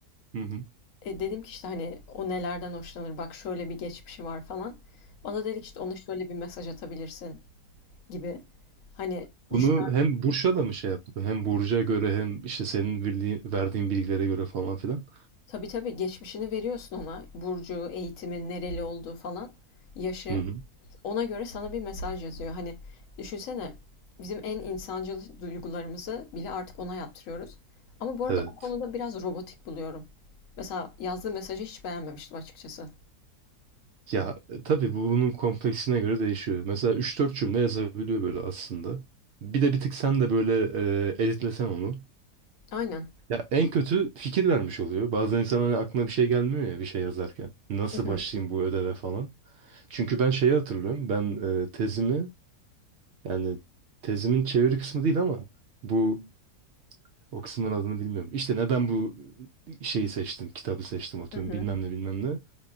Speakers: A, on the right (about 75°); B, on the left (about 60°).
A: Hı hı.
B: E, dedim ki işte hani o nelerden hoşlanır? Bak şöyle bir geçmişi var falan. Bana dedik işte ona şöyle bir mesaj atabilirsin gibi. Hani
A: Bunu
B: düşün.
A: hem Burç'a da mı şey yaptı? Hem Burcu'ya göre hem işte senin bildiğin, verdiğin bilgilere göre falan filan.
B: Tabii tabii, geçmişini veriyorsun ona. Burcu, eğitimi, nereli olduğu falan, yaşı.
A: Hı hı.
B: Ona göre sana bir mesaj yazıyor. Hani düşünsene bizim en insancıl duygularımızı bile artık ona yaptırıyoruz. Ama bu arada
A: Evet.
B: o konuda biraz robotik buluyorum. Mesela yazdığı mesajı hiç beğenmemiştim açıkçası.
A: Ya e, tabii bu bunun kompleksine göre değişiyor. Mesela üç dört cümle yazabiliyor böyle aslında. Bir de bir tık sen de böyle e, editlesen onu.
B: Aynen.
A: Ya en kötü fikir vermiş oluyor. Bazen insan hani aklına bir şey gelmiyor ya bir şey yazarken. Nasıl
B: Hı hı.
A: başlayayım bu ödeve falan. Çünkü ben şeyi hatırlıyorum. Ben e, tezimi yani tezimin çeviri kısmı değil ama bu O kısmın adını bilmiyorum. İşte neden bu şeyi seçtim, kitabı seçtim atıyorum
B: Hı hı.
A: bilmem ne bilmem ne.